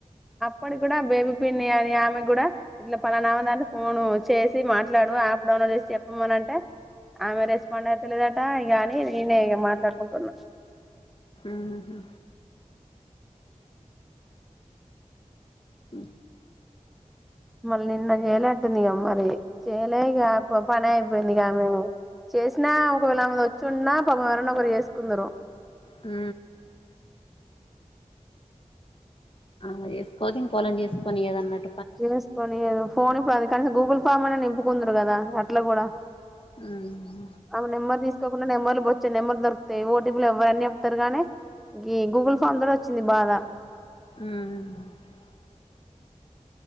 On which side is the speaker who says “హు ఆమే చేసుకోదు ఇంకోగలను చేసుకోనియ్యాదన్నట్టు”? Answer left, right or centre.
Left